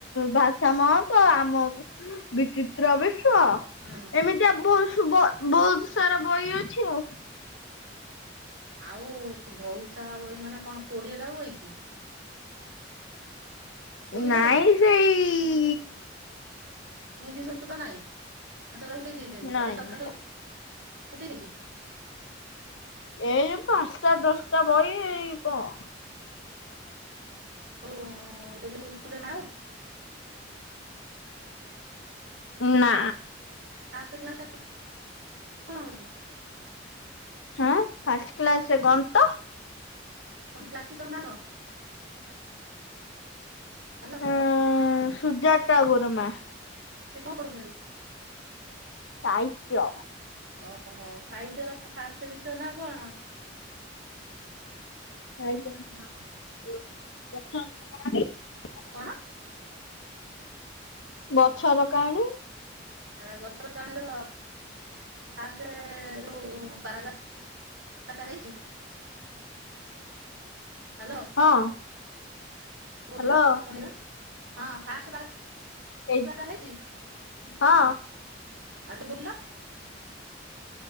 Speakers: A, on the left (about 80°); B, on the right (about 70°).
A: ଭାଷା ମହକ ଆମ ବିଚି ତ୍ରବିଶ୍ୱ
B: ହୁଁ।
A: ଏମିତିଆ ବହୁସୁବ ବହୁତ ସାରା ବହି ଅଛି ଆଉ।
B: ଆଉ ଭଉତୁସାରା ବହିମାନେ କଣ କୋଡିଏଟା ବହିକି? କୋଡିଏଟା
A: ନାଇଁ
B: ବହି
A: ସେଇ
B: ହିନ୍ଦୀ ସଂସ୍କୃତ ନାଇଁ ସେଗୁରା ଉଠେଇ ଦେଇଚନ୍ତି
A: ନାଇଁ
B: ଏସରକାର ସବୁ ଉଠେଇ ଦେଇଚି।
A: ଏଇ ପାଞ୍ଚଟା ଦଶଟା ବହି କଣ?
B: ଉଁ ଡେଲି ସ୍କୁଲରେ ମାଡହଉଚି।
A: ହୁଁ ନା
B: ଫାଷ୍ଟ କ୍ଲାସଟା କଣ ହଉଛି?
A: ହେଁ ଫାଷ୍ଟ କ୍ଲାସ ଗଣିତ।
B: ତମ କ୍ଲାସ ଟିଚର ନା କଣ? ହ୍ୟାଲୋ
A: ହଁ ସୁଜାତା ଗୁରୁମା।
B: ସେ କଁ ପଢଉଚନ୍ତି?
A: ସାହିତ୍ୟ।
B: ଓହୋ ସାହିତ୍ୟର ଫାଷ୍ଟ ବିଷୟ ନା କଣ?
A: ସାହିତ୍ୟର <unintelligible>
B: କଣ?
A: ଗଛର କାଣୀ
B: ଆ ଗଛର କାହାଣୀର ଫାଷ୍ଟେ ଯୋଉ ପାରାଗ୍ରାପଟା ହେଇଛି। ହାଲୋ।
A: ହଁ,
B: ବୋଲିଲ
A: ହ୍ୟାଲୋ
B: ଶୁଣିବା ହଁ ଫାଷ୍ଟ ପାରାଗ୍ରା
A: ଏ
B: <unintelligible> ହେଇଛି
A: ହଁ
B: ଆଉଟେ ବୁଲ